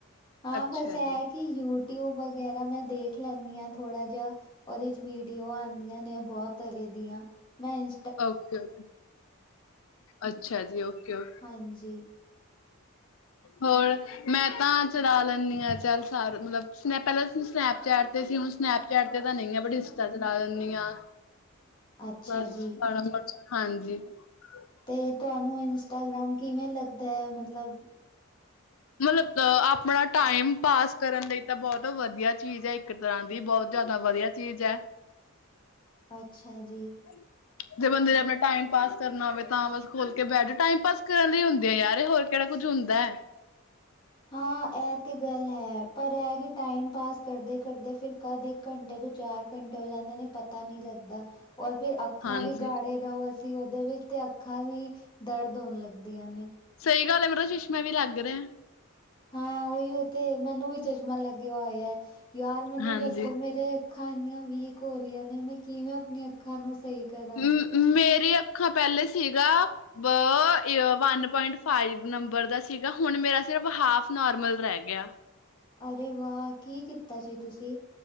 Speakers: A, on the left (about 20°); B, on the left (about 70°).
A: ਹਾਂ
B: ਅੱਛਾ
A: ਬਸ ਇਹ
B: ਜੀ
A: ਕਿ ਯੂ ਟਿਊਬ ਵਗੈਰਾ ਮੈਂ ਦੇਖ ਲੈਂਦੀ ਹਾਂ ਥੋੜ੍ਹਾ ਜਿਹਾ ਉਹਦੇ ਚ ਵੀਡੀਓ ਆਉਂਦੀਆਂ ਨੇ ਬਹੁਤ ਤਰ੍ਹਾਂ ਦੀਆਂ ਮੈਂ ਇ
B: ਓਕੇ ਓਕੇ ਅੱਛਾ ਜੀ ਓਕੇ ਓਕੇ
A: ਹਾਂਜੀ
B: ਹੋਰ <unintelligible> ਮੈਂ ਤਾਂ ਚਲਾ ਲੈਂਦੀ ਹਾਂ ਚੱਲ ਸਾਰ ਮਤਲਬ ਸਨੈ ਪਹਿਲਾਂ ਸਨੈਪਚੈਟ ਤੇ ਸੀ ਹੁਣ ਸਨੈਪਚੈਟ ਤੇ ਤਾਂ ਨਹੀਂ ਆ ਬਟ ਇੰਸਟਾ ਚਲਾ ਲੈਂਦੀ ਹਾਂ
A: ਅੱਛਾ
B: ਬਸ
A: ਜੀ
B: ਸਾ ਹਾਂਜੀ <unintelligible>
A: ਤੇ ਤੁਹਾਨੂੰ ਇੰਸਟਾਗ੍ਰਾਮ ਕਿਵੇਂ ਲੱਗਦਾ ਹੈ ਮਤਲਬ
B: ਮਤਲਬ ਅ ਆਪਣਾ ਟਾਈਮ ਪਾਸ ਕਰਨ ਲਈ ਤਾਂ ਬਹੁਤ ਵਧੀਆ ਚੀਜ਼ ਹੈ ਇੱਕ ਤਰ੍ਹਾਂ ਦੀ ਬਹੁਤ ਜ਼ਿਆਦਾ ਵਧੀਆ। ਚੀਜ਼ ਏ
A: ਅੱਛਾ ਜੀ
B: <inaudible> ਜੇ ਬੰਦੇ ਨੇ ਆਪਣਾ ਟਾਈਮ ਪਾਸ ਕਰਨਾ ਹੋਵੇ ਤਾਂ ਬਸ ਖੋਲ ਕੇ ਬੈਠ ਟਾਈਮ ਪਾਸ ਕਰਨ ਲਈ ਹੁੰਦੇ ਆ ਯਾਰ ਹੋਰ ਕਿਹੜਾ ਕੁੱਝ ਹੁੰਦਾ
A: ਹਾਂ ਇਹ ਤੇ ਗੱਲ ਹੈ ਪਰ ਇਹ ਕਿ ਟਾਈਮ ਪਾਸ ਕਰਦੇ ਕਰਦੇ ਫਿਰ ਕਦ ਘੰਟੇ ਤੋਂ ਚਾਰ ਘੰਟੇ ਹੋ ਜਾਂਦੇ ਨੇ ਪਤਾ ਨੀ ਲੱਗਦਾ ਔਰ ਫਿਰ। ਅੱਖਾਂ
B: ਹਾਂਜੀ
A: ਵੀ ਗਾੜੇ ਰਹੋ ਅਸੀਂ ਉਹਦੇ ਵਿੱਚ ਤੇ ਅੱਖਾਂ ਵੀ ਦਰਦ ਹੋਣ ਲੱਗਦੀਆਂ ਨੇ
B: ਸਹੀ ਗੱਲ ਹੈ ਮੇਰਾ ਚਸ਼ਮਾਂ ਵੀ ਲੱਗ ਰਿਹਾ
A: ਹਾਂ ਉਹੀਓ ਤੇ ਮੈਨੂੰ ਵੀ ਚਸ਼ਮਾ ਲੱਗਿਆ ਹੋਇਆ ਯਾਰ ਮੈਨੂੰ
B: ਹਾਂਜੀ।
A: ਦੱਸੋ ਮੇਰੇ ਖਾਣੀਆਂ ਵੀਕ ਹੋ ਰਹੀਆਂ ਨੇ ਮੈਂ ਕਿਵੇਂ ਆਪਣੀਆਂ ਅੱਖਾਂ ਨੂੰ ਸਹੀ ਕਰਾਂ।
B: ਮ ਮ ਮੇਰੀ ਅੱਖਾਂ ਪਹਿਲੇ ਸੀਗਾ ਬ ਈਅਰ ਵਨ ਪੁਆਇੰਟ ਫਾਈਵ ਨੰਬਰ ਦਾ ਸੀਗਾ ਹੁਣ ਮੇਰਾ ਸਿਰਫ ਹਾਫ ਨੋਰਮਲ ਰਹਿ ਗਿਆ।
A: ਅਰੇ ਵਾਹ ਕੀ ਕੀਤਾ ਸੀ ਤੁਸੀਂ